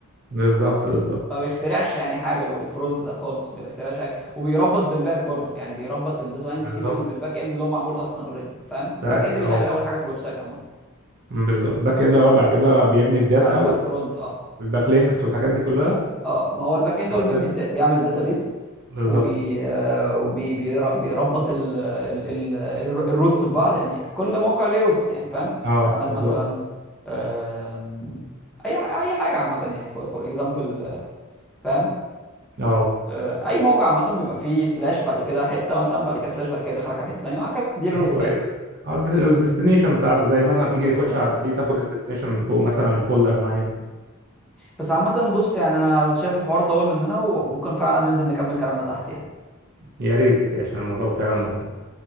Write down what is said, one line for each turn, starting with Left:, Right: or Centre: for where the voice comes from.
Right: بالظبط بالظبط
Centre: ما بيخترعش يعني حاجه ال- الفرونت ده خالص ما بيخترعش حاجه وبيربط بالباك برضه يعني بيربط الديزاينز
Right: بالظبط
Centre: دي بال... بالباك اند اللي هو معمول اصلا اوريدي فاهم الباك
Right: ده أكيد.
Centre: اند بيتعمل
Right: اه
Centre: اول حاجه في الويب سايت عامه
Right: بالظبط الباك اند الاول بعد كده بيبني الداتا
Centre: بعد كده الفرونت اه
Right: والباك لينكس والحاجات دي كلها
Centre: اه ما هو الباك اند
Right: بعد
Centre: هو اللي
Right: كده
Centre: بيبني الدا- بيعمل الداتابيز
Right: بالظبط
Centre: وبي آه، وبي بير- بيربط ال... ال... ال... ال- الروتس ببعض يعني كل موقع ليه روتس يعني فاهم
Right: اه
Centre: انت عندك
Right: بالظبط
Centre: مثلا آم، اي اي حاجه عامه يعني فور اكزامبل فاهم
Right: اه
Centre: آه، اي موقع عامه بيبقى فيه سلاش بعد كده حته مثلا بعد كده سلاش بعد كده يدخلك على حته ثانيه وهكذا دي الروتس
Right: ايوه
Centre: يعني
Right: ايوه الديستنيشن بتاعته زي مثلا
Centre: بالظبط
Right: تيجي تخش
Centre: الله
Right: على
Centre: ينور
Right: السي تاخد الديستنيشن من فوق مثلا الفولدر معين
Centre: بس عامه بص يعني انا شايف الحوار طول مننا وممكن فعلا ننزل نكمل كلامنا تحت يعني
Right: يا ريت عشان الموضوع فعلا مهم